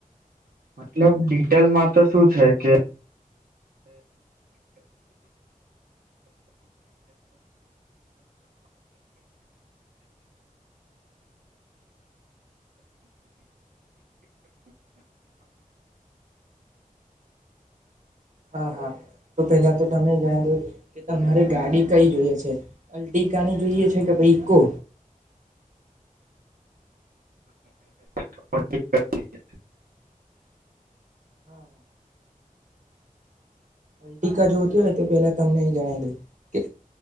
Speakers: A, on the right; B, on the right.
A: મતલબ ડિટેલમાં તો શું છે કે
B: હા હા, તો પેલા તો તમે જણ દો કે તમારે ગાડી કઈ જોઈએ છે, અલ્ટિકાની જોઈએ છે કે ભાઈ ઇકો?
A: <unintelligible>
B: હા અલ્ટિકા જોતી હોય તો પેલા તમને જણાવ દઉ કે